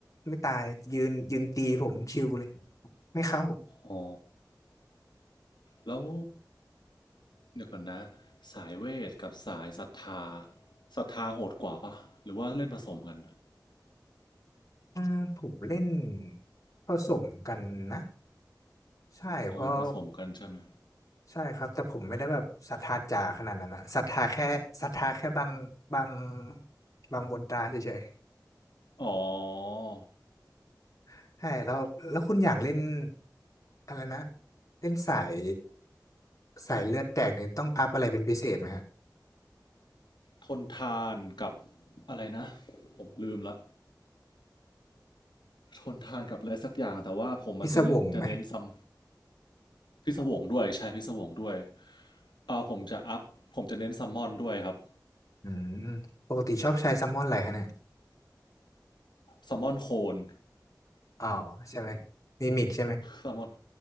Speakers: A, on the left (about 45°); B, on the left (about 85°).
A: ไม่ตายยืนยืนตีผมชิวเลยไม่เข้า
B: อ๋อแล้ว เดี๋ยวก่อนนะสายเวทกับสายศรัทธาศรัทธาโหดกว่าปะหรือว่าเล่นผสมกัน
A: อืมผมเล่นผสมกันนะใช่เพราะ
B: อ๋อเป็นผสมกันใช่ไหม
A: ใช่ครับแต่ผมไม่ได้แบบศรัทธาจ๋าขนาดนั้นนะศรัทธาแค่ศรัทธาแค่บางบางบางบนตราเฉย
B: อ๋อ
A: ๆใช่แล้วแล้วคุณอย่างเล่นอะไรนะเล่นสายสายเลือดแตกนี่ต้องอัพอะไรเป็นพิเศษไหมฮะ
B: ทนทานกับอะไรนะผมลืมละทนทานกับอะไรสักอย่างแต่ว่าผมอาจจะเล่นจะเน้นซัม
A: พิศวงไหม
B: พิศวงด้วยใช่พิศวงด้วยอ่าผมจะอัพผมจะเน้นซัมมอนด้วยครับ
A: อืมปกติชอบใช้แซลมอนอะไรคะเนี่ย
B: ซัมมอนโคน
A: อ๋อใช่ไหมมีมิกใช่ไหม
B: ซัมมอน